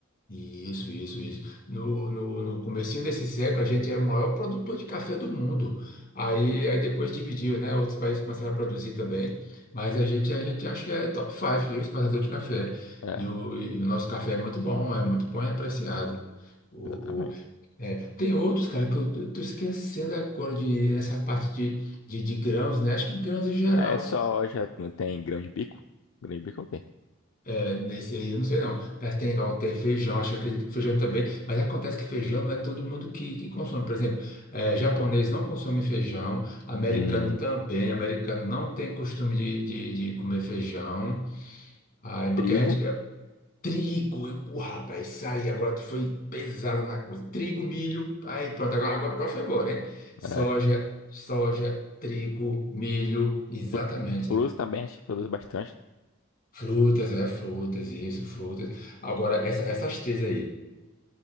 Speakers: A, on the left (about 40°); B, on the left (about 65°).
A: isso, isso, isso. No, no, no comecinho desse século, a gente era o maior produtor de café do mundo. Aí, aí depois dividiu, né? Outros países começaram a produzir também, mas a gente, a gente acha que é top 5, viu, exportador de café.
B: É,
A: E o, e o nosso café é muito bom, é muito bom e apreciado. O
B: exatamente.
A: É, tem outros, cara, que eu, eu tô esquecendo agora de essa parte de, de, de grãos, né? Acho que grãos em geral.
B: É soja, não tem grão de bico. Grão de bico é o quê?
A: É, nesse aí, eu não sei não. Mas tem, ó, tem feijão, acho que acredito que feijão também, mas acontece que feijão não é todo mundo que, que consome. Por exemplo, é, japonês não consome feijão, americano
B: Hum,
A: também, americano não tem costume de, de, de comer feijão. Aí,
B: trigo.
A: porque a gente, Trigo, eu, pô, rapaz, isso aí, agora tu foi pesado na coisa. Trigo, milho, aí pronto, agora, agora, agora foi embora, hein? Soja,
B: É.
A: soja, trigo, milho, exatamente.
B: Fru- Fruta também a gente produz bastante.
A: Frutas, é, frutas, isso, frutas. Agora, essa- essas três aí.